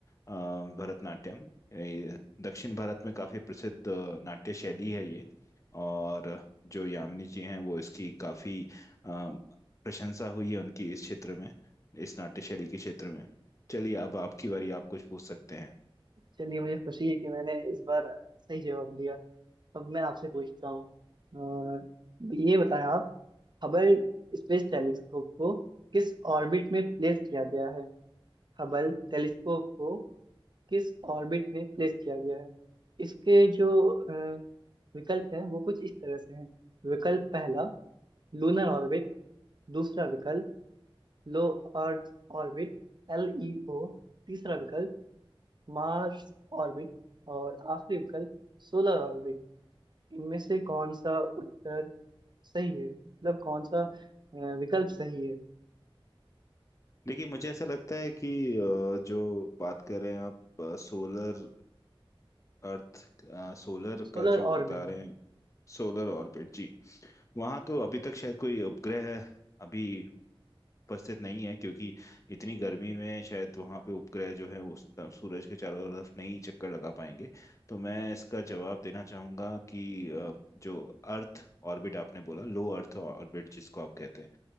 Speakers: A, on the left; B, on the right.
A: अ, भरतनाट्यम ये दक्षिण भारत में काफी प्रसिद्ध अ, नाट्य शैली है ये और जो यामिनी जी हैं वो इसकी काफी अ, प्रशंसा हुई है उनकी इस क्षेत्र में इस नाट्य शैली के क्षेत्र में चलिए अब आपकी बारी आप कुछ पूछ सकते हैं
B: चलिए मुझे खुशी है कि मैंने इस बार सही जवाब दिया अब मैं आपसे पूछता हूँ अ, ये बताएं आप हबल स्पेस टेलीस्कोप को किस ऑर्बिट में प्लेस किया गया है हबल टेलीस्कोप को किस ऑर्बिट में प्लेस किया गया है इसके जो अ, विकल्प हैं वो कुछ इस तरह से हैं विकल्प पहला लूनर ऑर्बिट दूसरा विकल्प low earth orbit L E O तीसरा विकल्प मार्स ऑर्बिट और आखिरी विकल्प सोलर ऑर्बिट इनमें से कौन सा उत्तर सही है मतलब कौन सा अ, विकल्प सही है
A: देखिए मुझे ऐसा लगता है कि अ, जो बात कर रहे हैं आप सोलर अर्थ सोलर
B: Solar
A: का जो बता
B: orbit
A: रहे हैं सोलर ऑर्बिट जी वहां तो अभी तक शायद कोई उपग्रह अभी उपस्थित नहीं है क्योंकि इतनी गर्मी में शायद वहां पे उपग्रह जो है उस तरफ सूरज के चारों तरफ नहीं चक्कर लगा पाएंगे तो मैं इसका जवाब देना चाहूंगा कि अ, जो अर्थ ऑर्बिट आपने बोला लो अर्थ ऑर्बिट जिसको आप कहते हैं